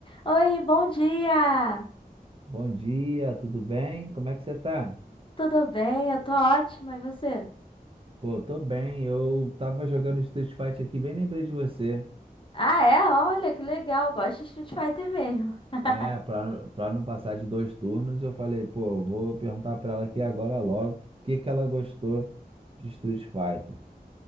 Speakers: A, on the left; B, on the right.
A: Oi, bom dia!
B: Bom dia, tudo bem? Como é que você tá?
A: Tudo bem? Eu tô ótima, e você?
B: Pô, eu tô bem. Eu tava jogando Street Fighter aqui, bem lembrei de você.
A: Ah, é? Olha, que legal, gosto de Street Fighter mesmo. <laughs>
B: É, pra, pra não passar de dois turnos, eu falei, pô, vou perguntar pra ela aqui agora logo o que que ela gostou de Street Fighter.